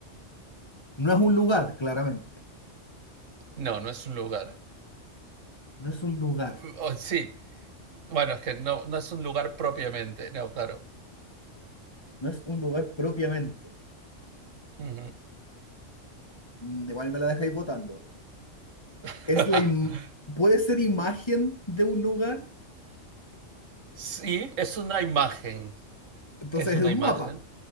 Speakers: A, on the left; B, on the right.
A: no es un lugar, claramente.
B: No, no es un lugar.
A: No es un lugar.
B: O- o sí, bueno, es que no, no es un lugar propiamente. No, claro.
A: No es un lugar propiamente.
B: Ujú.
A: Mm, Igual me la dejáis votando.
B: <laughs>
A: Es la im- puede ser imagen de un lugar.
B: Sí, es una imagen.
A: Entonces
B: Es una
A: es un
B: imagen.
A: mapa.